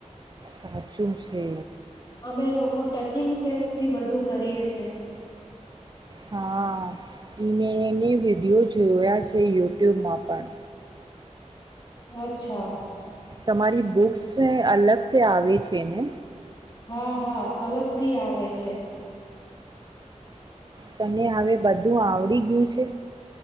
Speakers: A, on the right; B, on the left.
A: સાચું છે
B: અમે લોકો ટચિંગ સેન્સથી વધુ કરીએ છે
A: હા <inaudible> ની વિડિયો જોયા છે યુટ્યુબમાં પણ
B: અચ્છા
A: તમારી બુક્સ અલગ તે આવે છે ને
B: હા હા અલગથી આવે છે
A: તને હવે બધું આવડી ગયું છે